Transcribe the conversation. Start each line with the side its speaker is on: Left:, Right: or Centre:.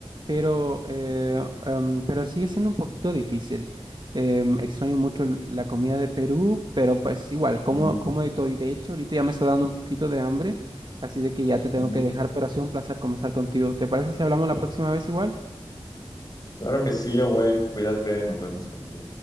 Right: pero, eh, em, pero sigue siendo un poquito difícil. Em, extraño mucho l- la comida de Perú, pero pues igual, como,
Left: Ujú,
Right: como de todo. Y de hecho, ahorita ya me está dando un poquito de hambre, así de que ya te tengo
Left: ujú.
Right: que dejar, pero ha sido un placer conversar contigo. ¿Te parece si hablamos la próxima vez igual?
Left: Claro que sí, Owen. Cuídate, nos vemos pronto.